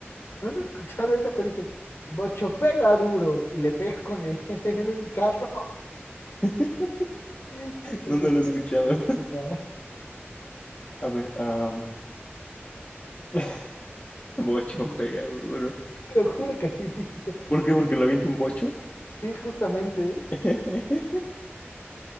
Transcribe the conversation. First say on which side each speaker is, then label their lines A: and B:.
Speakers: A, on the left; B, on the left.
A: ¿No has escuchado esa que dice, bocho pega duro y le pega con el, <laughs> el carro?
B: <laughs>
A: <laughs>
B: No,
A: Eso
B: no
A: está
B: lo he escuchado.
A: buenísimo.
B: <laughs> A ver, am, <laughs> bocho
A: <laughs>
B: pega duro.
A: Te lo juro que así dice.
B: ¿Por qué?
A: Eso-
B: Porque le avienta un bocho.
A: Sí, justamente.
B: <laughs>